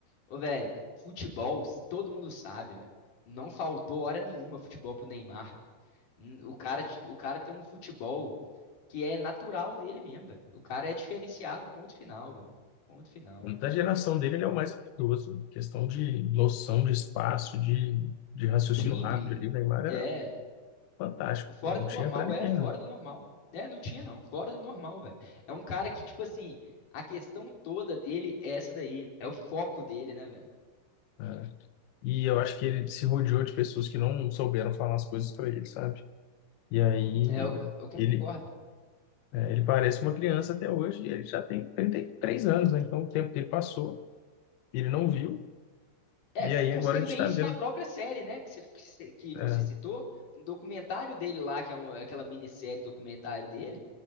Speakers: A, on the left; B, on the left.
A: ô, velho, futebol, todo mundo sabe, velho, não faltou hora nenhuma futebol pro Neymar. Hum, O cara, t- o cara tem um futebol que é natural dele mesmo, velho. O cara é diferenciado, ponto final, velho. Ponto final.
B: Da geração dele, ele é o mais habilidoso. Questão de noção de espaço, de, de raciocínio
A: Drible.
B: rápido ali, o Neymar
A: É,
B: era fantástico.
A: fora
B: pô, Não
A: do
B: tinha
A: normal,
B: para ninguém,
A: é, fora
B: não.
A: do normal. É, não tinha não, fora do normal, velho. É um cara que, tipo assim, a questão toda dele é essa daí, é o foco dele, né, velho?
B: É, é. E eu acho que ele se rodeou de pessoas que não souberam falar as coisas para ele, sabe? E aí
A: É, eu, eu concordo.
B: ele, é, ele parece uma criança até hoje e ele já tem 33 anos, né? Então o tempo dele passou, ele não viu,
A: É,
B: e
A: você
B: aí
A: consegue
B: agora a gente
A: ver
B: está
A: isso
B: vendo
A: na própria série, né, que você, que você que
B: É,
A: você
B: é,
A: citou, no documentário dele lá, que é um- aquela minissérie documentário dele,